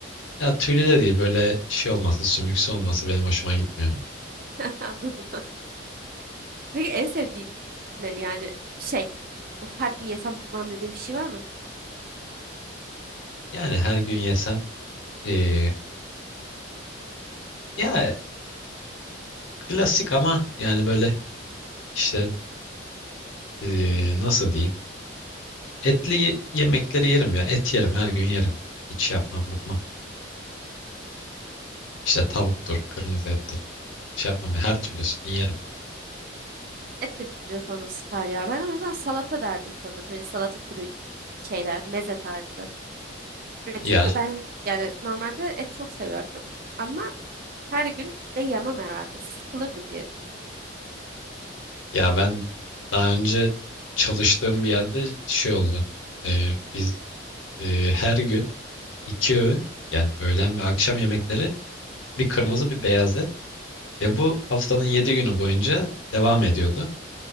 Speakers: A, on the left (about 85°); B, on the right (about 45°).
A: Ya tüylü de değil böyle şey olması, sümüksü olması benim hoşuma gitmiyor.
B: <laughs> Anladım. Peki en sevdiğin ne? Yani şey. Of her gün yesem bıkmam dediğim bir şey var mı?
A: Yani her gün yesem e, ya klasik ama yani böyle işte e, nasıl diyeyim? Etli ye- yemekleri yerim ya. Et yerim her gün yerim. Hiç şey yapmam, bıkmam. İşte tavuktur, kırmızı ettir. Şey yapmam ya, her türlüsünü yerim.
B: Et de bir süre sonra sıkar ya. Ben o yüzden salata derdim sanırım. Hani salata türü şeyler, meze tarzı. E, Çünkü
A: Ya
B: ben yani normalde et çok seviyordum. Ama her gün de yemem herhalde. Sıkılırdım diye düşündüm.
A: ya ben daha önce çalıştığım bir yerde şey oldu. Ee, biz e, her gün iki öğün yani öğlen ve akşam yemekleri bir kırmızı bir beyaz et ve bu haftanın yedi günü boyunca devam ediyordu.